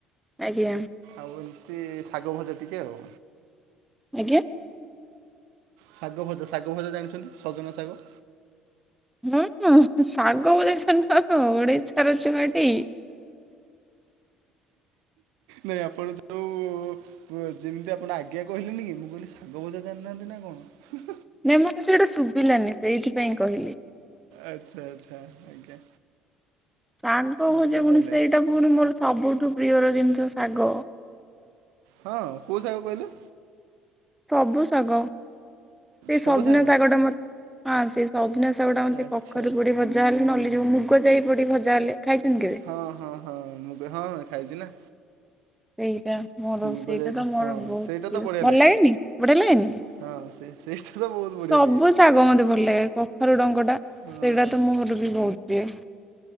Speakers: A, in the centre; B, on the right.
A: ଆଜ୍ଞା।
B: ଆଉ ଏମିତି ଶାଗ ଭଜା ଟିକେ ଆଉ।
A: ଆଜ୍ଞା!
B: ଶାଗ ଭଜା ଶାଗ ଭଜା ଜାଣିଛନ୍ତି ସଜନା ଶାଗ।
A: ହୁଁ ହୁଁ ଶାଗ ଭଜା ଜାଣିନୁ ଓଡିଶାର ଛୁଆଟି।
B: ନାଇଁ ଆପଣ ଯୋଉ। ଉ ଯେମିତି ଆପଣ ଆଜ୍ଞା କହିଲେନି କି ମୁଁ କହିଲି ଶାଗ ଭଜା ଜାଣିନାହାନ୍ତି ନା କଣ।
A: ନାଇଁ ମତେ ସେଇଟା ସୁବିଲାନି ସେଇଥିପାଇଁ କହିଲି।
B: ଆଚ୍ଛା ଆଚ୍ଛା ଆଜ୍ଞା।
A: ଶାଗ ଭଜା
B: ଆଚ୍ଛା
A: ପୁଣି
B: ତାହେଲେ
A: ସେଇଟା ପୁଣି ମୋର ସବୁଠୁ ପ୍ରିୟର ଜିନିଷ ଶାଗ।
B: ହଁ କଉ ଶାଗ କହିଲେ?
A: ସବୁ ଶାଗ ଏଇ
B: ସବୁ
A: ସଜନା
B: ଶାଗ
A: ଶାଗଟା ମୋ ହଁ ସେ ସଜନା ଶାଗଟା ମତେ
B: ଆଚ୍ଛା
A: କଖାରୁ ପଡ଼ି ଭଜା ଯାହା ହେଲେ ନଲିଯଉ ମୁଗ ଯାଇ ପଡ଼ି ଭଜା ହେଲେ ଖାଇଛନ୍ତି କେବେ?
B: ହଁ ହଁ ହଁ ମୁଗ ହଁ ଖାଇଛି ନା।
A: ସେଇଟା ମୋର
B: ମୁଗ
A: ସେଇଟା
B: ଯାଇ
A: ତ ମୋର
B: ହଁ
A: ବହୁତ
B: ସେଇଟା
A: ପ୍ରିୟ
B: ତ ବଢ଼ିଆ
A: ଭଲ
B: ଲାଗେ
A: ଲାଗେନି ବଢିଆ ଲାଗେନି।
B: ହଁ ସେ ସେଇଟା ତ ବହୁତ ବଢ଼ିଆ
A: ସବୁ
B: ଲାଗେ
A: ଶାଗ ମତେ ଭଲ ଲାଗେ କଖାରୁ ଡଙ୍କଟା
B: ହଁ
A: ସେଇଟା ତ ମୋ ର ବି ବହୁତ ପ୍ରିୟ।